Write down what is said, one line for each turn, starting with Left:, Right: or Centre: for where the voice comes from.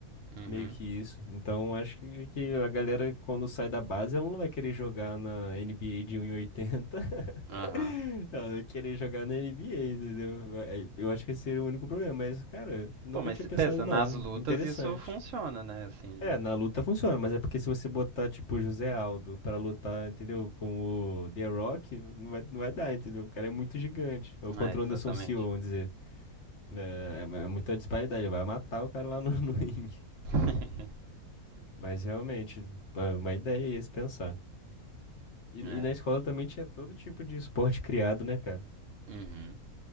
Right: Uhum.
Left: Meio que isso. Então acho que que a galera, quando sai da base, ela não vai querer jogar na NBA de um e oitenta <laughs>
Right: Aham.
Left: <laughs> Não, eu querer jogar na NBA, entendeu? Aí, Eu acho que esse seria o único problema, mas, cara, nunca
Right: Pô, mas
Left: tinha pensado,
Right: pensa,
Left: não.
Right: nas lutas
Left: Interessante.
Right: isso funciona, né? Assim,
Left: É,
Right: de.
Left: na luta funciona, mas é porque se você botar, tipo, José Aldo pra lutar, entendeu? Com o The Rock, não vai, não vai dar, entendeu? O cara é muito gigante. Ou contra
Right: É, exatamente.
Left: o Anderson Silva, vamos dizer. É, é mu- é muita disparidade, vai matar o cara lá no, <laughs> no ringue.
Right: <laughs>
Left: Mas realmente, é uma ideia é esse pensar. E,
Right: É.
Left: e na escola também tinha todo tipo de esporte criado, né, cara?
Right: Uhum.